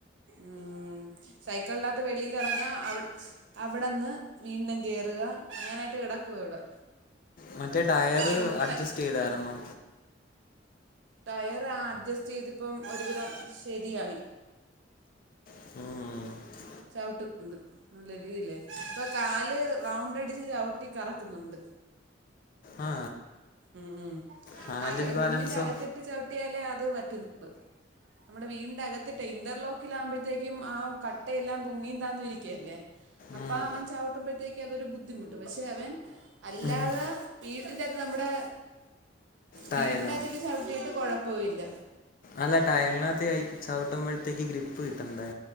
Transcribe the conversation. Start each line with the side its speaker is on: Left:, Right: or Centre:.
Right: ഊം സൈക്കൾനാത്ത് വെളിയിലിറങ്ങ അവിട് അവിടെന്ന് വീണ്ടും കേറുക ഇങ്ങനായിട്ട് കിടക്കുവ ഇവിടെ
Left: മറ്റേ ടയറ്
Right: ഫുൾ
Left: അഡ്ജസ്റ്റ്യ്തായിരുന്നോ?
Right: ടൈം. ടയറ് ആഹ് അഡ്ജസ്റ്റ്യ്തിപ്പം ഒരുവിധം ശരിയായി
Left: ഉം
Right: ചവിട്ടുന്നുണ്ട് നല്ല രീതിയിലേ ഇപ്പൊ കാല് റൗണ്ടടിച്ച് ചവിട്ടി കറക്കുന്നുണ്ട്.
Left: ആ
Right: ഉം ഉം
Left: ഹാൻഡിൽ
Right: ആതെ
Left: ബാലൻസോ
Right: റൂമിന്റെ അകത്തിട്ട് ചവിട്ടിയാലേ അത് പറ്റുന്നുള്ളൂ നമ്മുടെ വീടിന്റെ അകത്തിട്ടേ ഇന്റർലോക്കിലാഉമ്പയ്ത്തേക്കും ആഒ കട്ടയെല്ലാം പൊങ്ങിയും, താന്നും ഇരിക്കല്ലേ അപ്പൊ
Left: ഉം.
Right: അവൻ ചവിട്ടുമ്പയ്ത്തേക്കും അതൊരു ബുദ്ധിമുട്ട് പക്ഷെ അവൻ അല്ലാതെ
Left: ഉം.
Right: വീട്ടിന്റെറകത്ത് നമ്മുടെ
Left: ടയലോ
Right: വീടിന്റെകത്ത് ചവിട്ടിയിട്ട് കുഴ പോയില്ല
Left: അല്ല ടയൽനാത്ത് ചവിട്ടുമ്പഴത്തേക്ക് ഗ്രിപ്പ് കിട്ടണ്ടേ